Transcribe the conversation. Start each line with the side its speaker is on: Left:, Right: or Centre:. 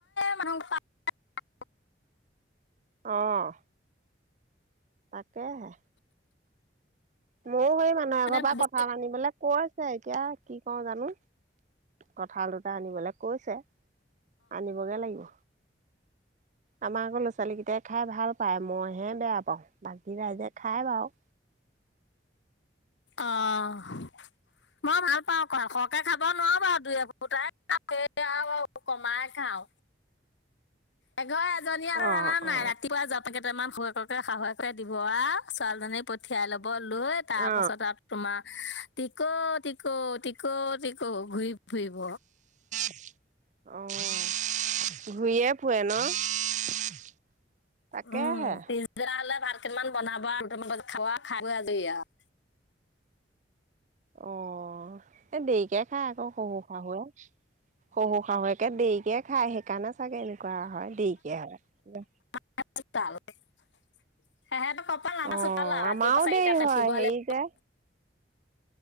Left: মাংস <unintelligible>
Right: অহ। তাকেহে ময়ো সেই মানুহ এ ঘৰ পৰা
Left: ভাবিছো
Right: কথা পাতিবলৈ কৈ আছে এতিয়া কি কওঁ জানো। কঠাল দুটা আনিবলৈ কৈছে, আনিবগে লাগিব। আমাৰ আকৌ ল'ৰা-ছোৱালী কেইটাই খাই ভাল পায়। মইহে বেয়া পাওঁ, বাকী ৰাইজে খাই বাৰু
Left: অ'। মই ভাল পাও কঠাল, খৰকে খাব নোৱাৰো বাৰু দুই, এফোটাই খাও, এই কমাই খাও। খাও। এঘৰ এজনী আৰু
Right: অ
Left: আনা নাই
Right: অ
Left: ৰাতিপুৱা যা মান শহুকে, শাহুৱক দিব আৰু ছোৱালীজনী পঠিয়াই ল'ব। বলই তাৰ
Right: অ
Left: পাছত আৰু তোমাৰ টিকো-টিকো, টিকো-টিকো ঘূৰি ফুৰিব।
Right: অ' ঘূৰিয়ে ফুৱে ন। তাকেহে
Left: উম' পিছদিনা হ'লে ভাল। কিমান বনাবা আৰু তোমাৰ খাবা খাই বৈ আজৰি আৰু
Right: অ' এই দেৰিকে খাই আকৌ শহু-শাহুৱে, শহু শাহুৱে তাকে দেৰিকে খায়, সেইকাৰণে চাগে এনেকুৱা হয় দেৰিকে হয়।
Left: <unintelligible> কপাল আমাৰ
Right: অ'
Left: চোপাল আৰু
Right: আমাৰো
Left: ৰাতিপুৱা চাৰিটাতে
Right: দেৰি হয়
Left: উঠিব
Right: হেৰি
Left: লাগিব।
Right: যে